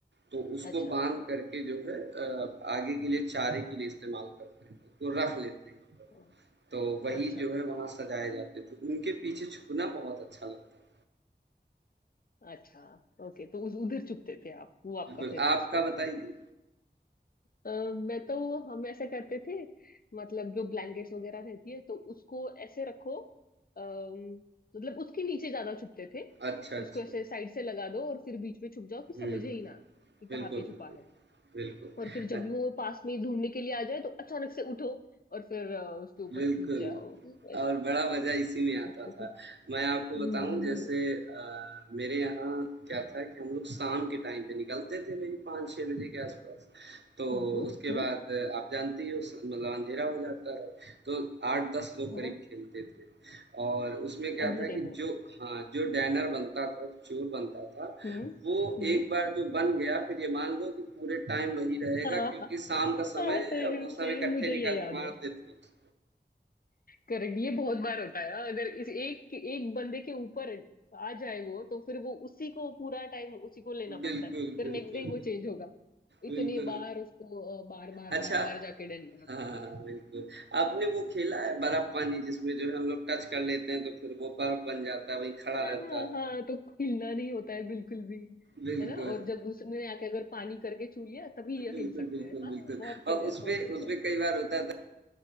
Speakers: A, on the right; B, on the left.
A: तो उसको
B: अच्छा
A: बांध करके जो है अ, आगे के लिए चारे के लिए इस्तेमाल करते हैं उसको रख लेते हैं हम लोग
B: हाँ,
A: तो वही
B: अच्छा
A: जो है वहाँ सजाए जाते थे उनके पीछे छुपना बहुत अच्छा लगता था
B: अच्छा ओके तो उस उधर चुपते थे आप वो आपका
A: बिल्कुल
B: फेवरेट
A: आपका
B: स्पॉट
A: बताइए
B: था अ, मैं तो हम ऐसे करते थे मतलब जो ब्लैंकेट्स वगैरह रहती है तो उसको ऐसे रखो अम, मतलब उसके नीचे ज्यादा छुपते थे
A: अच्छा अच्छा
B: उसको ऐसे साइड से लगा दो और फिर बीच में छुप जाओ कि समझे
A: हम्म
B: ही ना कि
A: बिल्कुल
B: कहाँ पे छुपा
A: बिल्कुल
B: है
A: बिल्कुल
B: और फिर जब वो पास में ढूंढने के लिए आ जाए तो अचानक से उठो और फिर अ, उसके ऊपर
A: बिल्कुल,
B: कूद जाओ ऐसे
A: और बड़ा मज़ा इसी में आता
B: करते
A: था।
B: थे
A: मैं आपको
B: हम्म
A: बताऊँ जैसे
B: हम्म
A: अ, मेरे यहाँ क्या था कि हम लोग शाम के टाइम पे निकलते थे वही 5-6 बजे के आस-पास। तो
B: हम्म हम्म,
A: उसके बाद अ, आप जानती हो स मतलब अँधेरा हो जाता है, तो 8-10 लोग
B: हाँ
A: करीब खेलते थे और उसमें क्या
B: अंधेरे
A: था कि
B: में
A: जो हाँ, जो डैनर बनता था, जो चोर बनता था,
B: हम्म
A: वो
B: हम्म
A: एक बार जो बन गया फिर ये मान लो कि पूरे टाइम वही रहेगा
B: हाँ
A: क्योंकि
B: हाँ
A: शाम का समय
B: हाँ सेम
A: वो सब
B: सेम
A: इकट्ठे
B: मुझे
A: निकल
B: ये याद
A: के मारते
B: है
A: थे उसको।
B: करेक्ट ये बहुत बार होता है अगर इस एक एक बंदे के ऊपर आ जाए वो तो फिर वो उसी को पूरा टाइम उसी को लेना पड़ता
A: बिल्कुल,
B: है फिर
A: बिल्कुल,
B: नेक्स्ट डे वो चेंज होगा इतने
A: बिल्कुल।
B: बार उसको बार बार
A: अच्छा
B: बार बार जाके डंड लेना पड़ता
A: हाँ,
B: है
A: बिल्कुल। आपने वो खेला है बर्फ पानी जिसमें जो है हम लोग टच कर लेते हैं तो फिर वो बर्फ बन जाता है, वहीं खड़ा रहता
B: हाँ हाँ
A: है।
B: हाँ तो हिलना नहीं होता है बिल्कुल भी
A: बिल्कुल।
B: है ना और जब दूसरे ने आके अगर पानी करके छू लिया तभी ये
A: बिल्कुल,
B: हिल सकते
A: बिल्कुल,
B: हैं हाँ
A: बिल्कुल
B: बहुत खेला
A: और
B: है
A: उसपे
B: बहुत खेला
A: उसपे
B: है
A: कई बार होता था